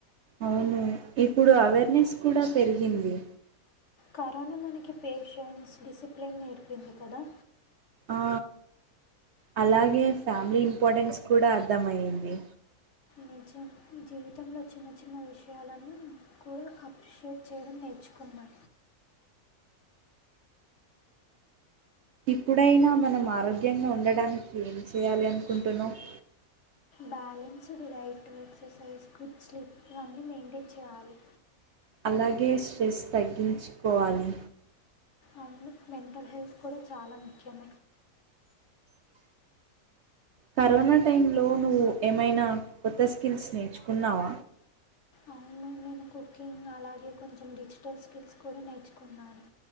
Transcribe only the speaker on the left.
కరోనా మనకి పేషెన్స్, డిసిప్లేన్ నేర్పింది కదా.
నిజం, జీవితంలో చిన్న చిన్న విషయాలన్ని కూడా అప్రిషియేట్ చేయడం నేర్చు. కున్నా
Balanced diet, exercise, good sleep ఇవన్నీ మెంటైన్ చేయాలి.
అవును మెంటల్ హెల్త్ కూడ చాలా ముఖ్యం
అవును నేను కుకింగ్ అలాగే కొంచం డిజిటల్స్ స్కిల్స్ కూడ నేర్చుకున్నాను